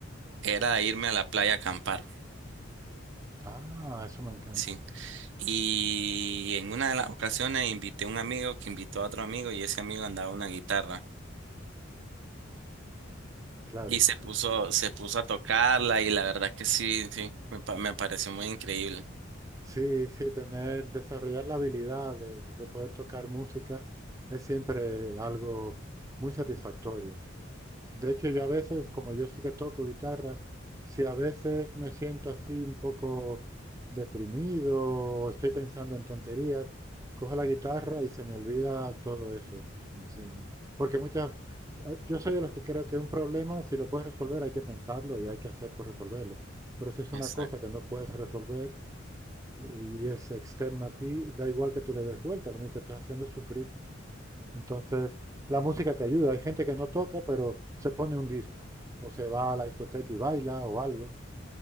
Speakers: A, on the right; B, on the right.
A: Era irme a la playa a acampar,
B: Ah, eso me encanta,
A: sí. Y en una de las ocasiones invité a un amigo que invitó a otro amigo y ese amigo andaba una guitarra.
B: claro.
A: Y se puso,
B: Sí,
A: se puso a tocarla y la verdad que sí, sí, me, pa- me pareció muy increíble.
B: sí, sí, tener, desarrollar la habilidad de, de poder tocar música es siempre algo muy satisfactorio. De hecho, yo a veces, como yo sí que toco guitarra, si a veces me siento así un poco deprimido o estoy pensando en tonterías, cojo la guitarra y se me olvida todo eso. Sí, Porque muchas, ah, yo soy de los que creo que un problema, si lo puedes resolver, hay que pensarlo y hay que hacer por resolverlo. Pero si es una
A: Exacto.
B: cosa que no puedes resolver y es externo a ti, da igual que tú le des vuelta, lo único que estás haciendo es sufrir. Entonces, la música te ayuda. Hay gente que no toca, pero se pone un disco. O se va a la discoteca y baila o algo.